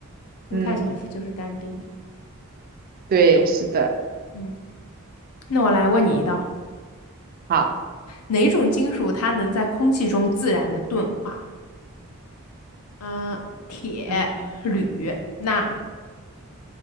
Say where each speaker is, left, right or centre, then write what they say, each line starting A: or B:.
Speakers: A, on the left; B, on the right.
A: 固态形式就是干冰。
B: 嗯，对，是的。
A: 嗯，那我来问你一道，
B: 好，
A: 哪种金属它能在空气中自然的钝化？嗯、铁、
B: 嗯，
A: 铝、钠，